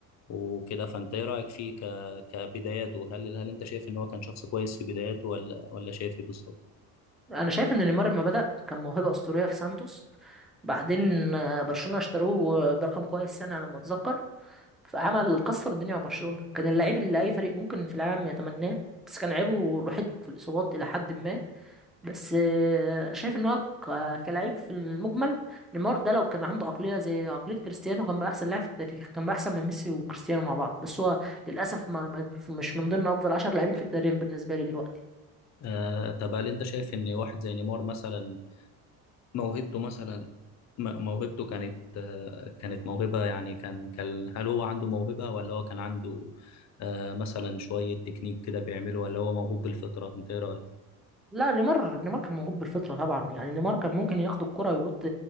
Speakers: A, on the left; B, in the centre.
A: وكده فانت ايه رايك فيه ك... كبداياته هل هل انت شايف ان هو كان شخص كويس في بداياته ولا ولا شايف ايه بالظبط
B: انا شايف ان نيمار لما بدأ كان موهبة اسطورية في سانتوس بعدين آه، برشلونة اشتروه برقم كويس يعني على ما اتذكر فعمل كسر الدنيا مع برشلونة كان اللعيب اللي اي فريق ممكن في العالم يتمناه بس كان عيبه الوحيد في الاصابات الى حد ما بس آه، انا شايف ان هو ك- كلاعب في المجمل نيمار ده لو كان عنده عقلية زي عقلية كريستيانو كان بقى احسن لاعب في التاريخ كان بقى احسن من ميسي وكريستيانو مع بعض بس هو للاسف ما ما- مش من ضمن افضل 10 لاعبين في التاريخ بالنسبة لي دلوقتي
A: آه... طب هل انت شايف ان واحد زي نيمار مثلا موهبته مثلا م- موهبته كانت آه، كانت موهبة يعني كان كان هل هو عنده موهبة ولا هو كان عنده آه، مثلا شوية تكنيك كده بيعمله ولا هو موهوب بالفطرة انت ايه رأيك؟
B: لا نيمار نيمار كان موهوب بالفطره طبعا يعني نيمار كان ممكن ياخد الكره ويقط